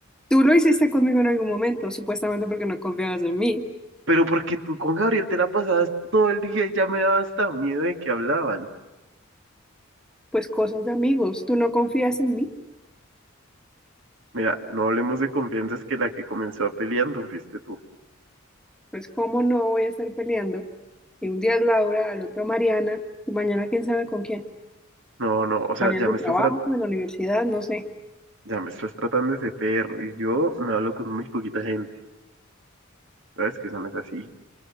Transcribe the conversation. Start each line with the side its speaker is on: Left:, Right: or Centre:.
Centre: Tú lo hiciste conmigo en algún momento, supuestamente porque no confiabas en mí.
Right: Pero porque tú con Gabriel te la pasabas todo el día y ya me daba hasta miedo de que hablaban.
Centre: Pues cosas de amigos, tú no confías en mí,
Right: Mira, no hablemos de confianzas que la que comenzó peleando fuiste tú.
Centre: pues cómo no voy a estar peleando. Y un día es Laura, al otro Mariana, y mañana quién sabe con quién.
Right: No, no,
Centre: Compañeros
Right: o sea, ya
Centre: de
Right: me
Centre: trabajo,
Right: estás tra-
Centre: de la universidad, no sé.
Right: ya me estás tratando de ese perro y yo me hablo con muy poquita gente. Sabes que eso no es así.